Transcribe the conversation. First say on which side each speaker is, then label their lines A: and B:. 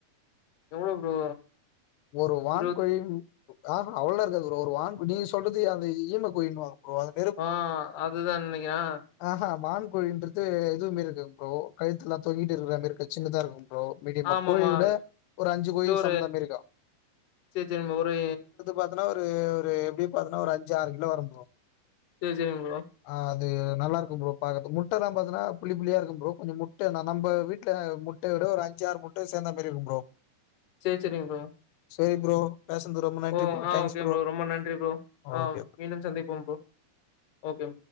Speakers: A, on the left; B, on the left.
A: எவ்ளோ ப்ரோ
B: ஒரு வான்கோழி
A: இருவத்
B: ஆ ஹா அவ்ளோலா இருக்காது ப்ரோ ஒரு வான்கோழி நீங்க சொல்றது அந்த ஈமக்கோழின்னு வாங்க ப்ரோ அத
A: ஆ அதுதான் நெனைக்கிறே ஆ
B: ஆ ஹா வான்கோழின்றது எதுவுமே இருக்கு ப்ரோ கழுத்தெல்லா தொங்கிட்டு இருக்குற மாரி இருக்காது சின்னதா இருக்கும் ப்ரோ மீடியமா
A: ஆமாமா
B: கோழிவுட ஒரு அஞ்சு
A: இல்ல
B: கோழிக்
A: ஒரு
B: சமம்தா மாரிருக்கு
A: சேரி சேரி நம்ம ஒரு
B: பாத்தனா ஒரு ஒரு எப்புடி பாத்தன்னா ஒரு அஞ்சு ஆறு கிலோ வரு ப்ரோ
A: சேரி சேரிங்க ப்ரோ
B: ஆ அது நல்லாக்கு ப்ரோ பாக்குறதுக்கு முட்டல்லா பாத்தன்னா புள்ளி புள்ளியா இருக்கும் ப்ரோ கொஞ்ச முட்டனா நம்ம வீட்டு முட்ட முட்ட விட ஒரு அஞ்சு ஆறு முட்ட சேந்த மாரி இருக்கு ப்ரோ
A: சேர் சேரிங்க ப்ரோ
B: சேரி ப்ரோ பேஸுந்தது ரொம்ப நன்றி
A: ஓ
B: ப்ரோ.
A: ஆ
B: தேங்க்ஸ்
A: ஓகே ப்ரோ ரொம்ப நன்றி ப்ரோ ஆ
B: ஓகே.
A: மீண்டும் சந்திப்போம் ப்ரோ ஓகே